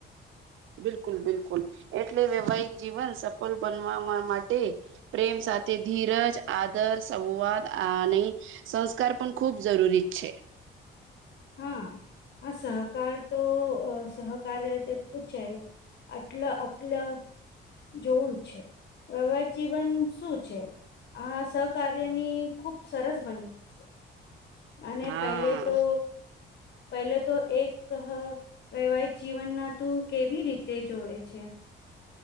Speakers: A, on the right (about 80°); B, on the left (about 60°).
A: બિલકુલ બિલકુલ એટલે વૈવાહિક જીવન સફળ બનવાવા માટે પ્રેમ સાથે ધીરજ આદર સંવાદ આ નહીં સંસ્કાર પણ ખુબ જરૂરી જ છે
B: હા આ સહકાર તો સહકાર્ય તો જાયે આટલા અકલા જોવું છે વૈવાહિક જીવન શું છે આ સહકાર્યની ખુબ સરસ બની છે અને
A: હા
B: પહેલે તો પહેલે તો એક વૈવાહિક જીવનમાં તું કેવી રીતે જોવે છે